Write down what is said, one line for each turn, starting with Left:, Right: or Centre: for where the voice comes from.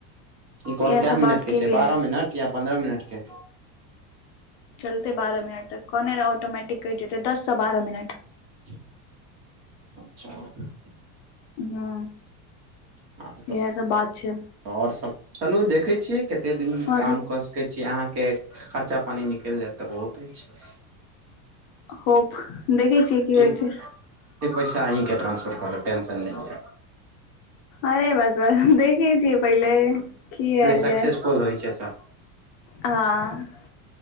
Right: इ कॉल
Left: इएह
Right: कै
Left: सब
Right: मिनट
Left: बात
Right: केँ
Left: केलियै
Right: छै बारह मिनट या पन्द्रह मिनट केँ
Left: चलतै बारह मिनट तक कहने ऑटोमैटिक कटि जेतै दससँ बारह मिनट
Right: <unintelligible>
Left: हू
Right: <unintelligible>
Left: इ है सब बात छै
Right: ओर सब चलू देखै छियै कते दिन
Left: आओर
Right: काम
Left: सब
Right: कऽ कहै छीय अहाँ केँ खर्चा पानी निकल जैत तऽ बहुत छै
Left: होप देखै छियै कि
Right: ई
Left: होइ
Right: ई
Left: छै
Right: पैसा अही के ट्रांसफर कर देब टेशन नहि ल
Left: अरे बस बस देखै छिय पहिले। कि आल
Right: लिअ सक्सेसफुल
Left: जाय
Right: होइ छै तऽ
Left: हँ